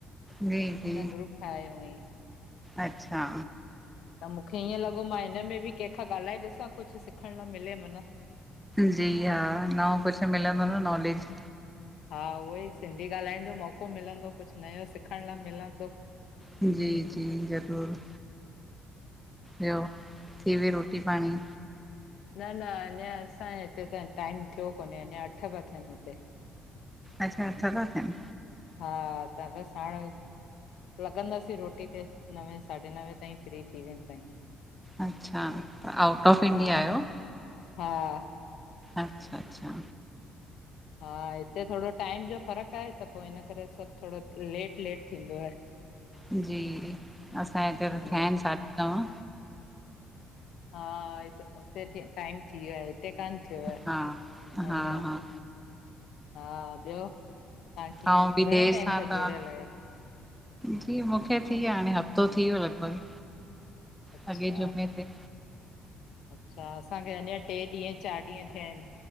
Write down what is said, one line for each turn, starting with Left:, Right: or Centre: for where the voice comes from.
Centre: जी जी
Left: हुन ग्रुप ठाहियो हुअईं।
Centre: अच्छा!
Left: त मूंखे ईअं लॻो मां हिनमें बि कंहिंखां ॻाल्हाए ॾिसां, कुछु सिखणु लाए मिले मन।
Centre: जी हा, नओं कुछु मिलंदो न नॉलेज।
Left: हा उहो ई, सिंधी ॻाल्हाइण जो मौको मिलंदो, कुझु नयो सिखण लाइ मिलंदो।
Centre: जी, जी, ज़रूर। ॿियो, थी वई रोटी पाणी?
Left: न-न, अंञा असांजे हिते त टाइम थियो कोन्हे अंञा अट्ठ ता थियनि हिते।
Centre: अच्छा अट्ठ ता थियन।
Left: हा, त बस हाणे लॻंदासीं रोटी ते, नवे साढे नवे ताईं फ्री थी वेंदा आहियूं।
Centre: अच्छा, त आउट ऑफ
Left: हा
Centre: इंडिया आहियो?
Left: हा।
Centre: अच्छा अच्छा!
Left: हा, हिते थोङो टाइम जो फ़र्कु आहे त पो हिन करे सब थोङो लेट- लेट थींदो आहे। <unintelligible>
Centre: जी, असांजे हिते त थिया
Left: ईअं
Centre: आहिन सॾि नंव।
Left: हा हुते टाइम थी वियो आहे, हिते कान थियो आहे
Centre: हा, हा-
Left: अञा
Centre: हा।
Left: हा ॿियो, तां कीअं,
Centre: आऊं बि
Left: घणे
Centre: देरि सां
Left: टाइम खां
Centre: तव्हां
Left: जुड़ियल आहियो?
Centre: जी मूंखे थी व्या हाणे, हफ़्तो थी वियो लॻभॻि
Left: अच्छा
Centre: अॻे जुमे ते।
Left: अच्छा, असांखे अंञा टे ॾींहं, चार ॾींहं थिया आहिन